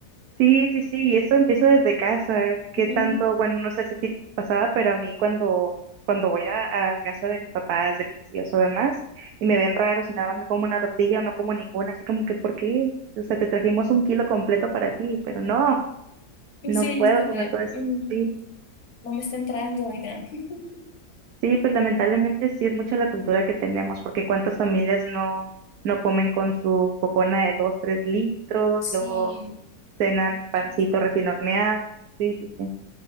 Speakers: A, on the right; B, on the left.
A: Sí, sí, sí, y eso empieza desde casa. ¿Qué
B: Ujú.
A: tanto? Bueno, no sé si tipo pasaba, pero a mí cuando, cuando voy a, a casa de mis papás, de mis tíos o demás, y me ven raro si nada más me como una tortilla o no como ninguna, así como que, ¿por qué? O sea, te trajimos un kilo completo para ti, pero no,
B: Y
A: no
B: sí,
A: puedo
B: es como
A: comer
B: de,
A: todo eso.
B: mm,
A: Sí,
B: no me está entrando, oigan. <laughs>
A: sí, pues lamentablemente sí es mucha la cultura que tenemos, porque cuántas familias no, no comen con su cocona de dos, tres litros,
B: Sí,
A: luego cenan pancito
B: sí, sí.
A: recién horneado. Sí, sí, sí.